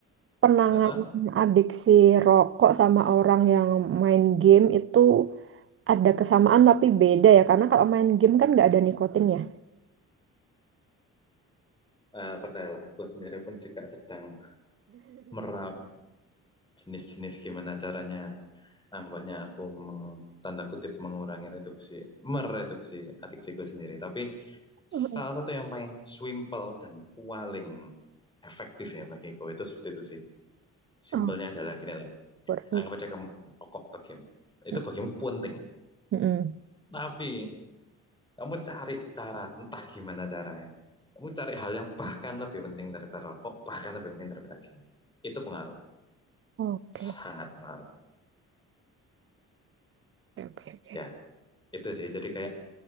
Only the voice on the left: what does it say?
uh-uh,
eh, percayalah, aku sendiri pun juga sedang meram jenis-jenis gimana caranya Nah, aku meng, tanda kutip mengurangi reduksi, mereduksi adiksiku sendiri. Tapi
salah satu yang paling simple dan paling efektif ya bagiku itu substitusi. Simpelnya
adalah gini loh.
Anggap aja kamu rokok atau game. Itu
bagimu penting.
Tapi kamu cari cara, entah gimana caranya. Kamu cari hal yang bahkan lebih penting daripada rokok, bahkan lebih penting daripada game. Itu pengaruh.
Sangat pengaruh.
Ya, itu sih. Jadi kayak